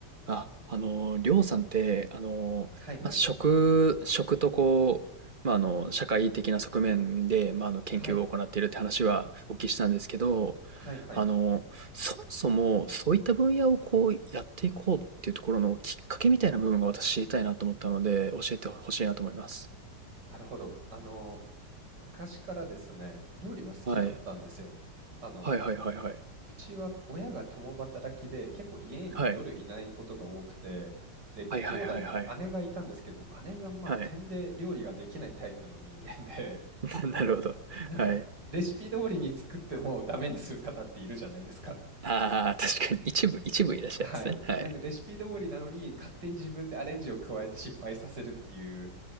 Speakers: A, on the right; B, on the right.
A: あ、あの、りょうさんって、あの、
B: はいはい。
A: まあ、食、食とこう、まあ、あの、社会的な側面で、まあ、あの、研究を行っているって話はお聞きしたんですけど、
B: はい。はいはい。
A: あの、そもそもそういった分野をこうやっていこうっていうところのきっかけみたいな部分が私知りたいなと思ったので、教えてほしいなと思います。
B: なるほど。あの、昔からですね、料理は好きだったんですよ。
A: はい。
B: あの、
A: はいはいはいはい。
B: うちは親が共働きで、結構家に夜いないことが多くて、
A: はい。
B: で、
A: はいはいはいはい。
B: 兄弟、姉がいたんですけど、姉がまあ、
A: はい。
B: てで料理ができないタイプの人間で、
A: <laughs> なるほど。
B: なんかレシピ通りに作ってもダメにする方っているじゃないですか。
A: はい。ああ、確かに一部、一部いらっしゃいますね。
B: はい。
A: はい。
B: なんかレシピ通りなのに、勝手に自分でアレンジを加えて失敗させるっていう